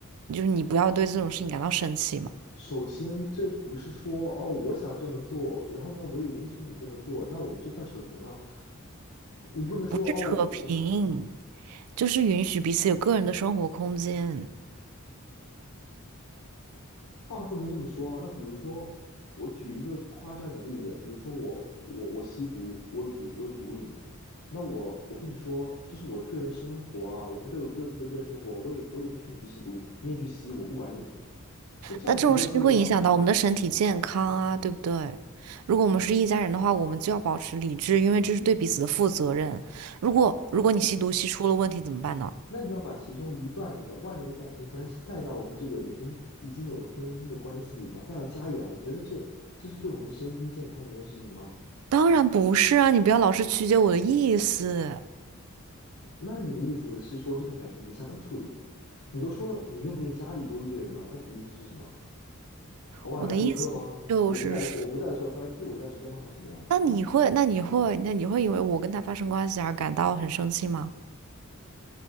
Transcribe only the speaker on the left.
首先，这不是说哦，我想这么做，然后呢，我也允许你这么做，那我们就算扯平了。你不能说哦，
话不能这么说啊。那比如说，我举一个夸张一点的例子，比如说我我我吸毒，我有毒我有毒瘾，那我我跟你说，这是我的个人生活啊，我们都有各自的个人生活，我也我也允许你去吸毒，你也去吸，我不管你。那这样子你觉得合理吗？
那你要把其中一段你的外面的感情关系带到我们这个已经已经有的婚姻的关系里面，带到家里来，你觉得这这是对我们的身心健康的一件事情吗？
那你的意思是说这段感情你想怎么处理？你都说你愿不愿意家里多一个人了，那你的意思是什么？偶尔来做客吗？
我不在的时候，我不在的时候，他来替我一段时间吗？还是怎么样？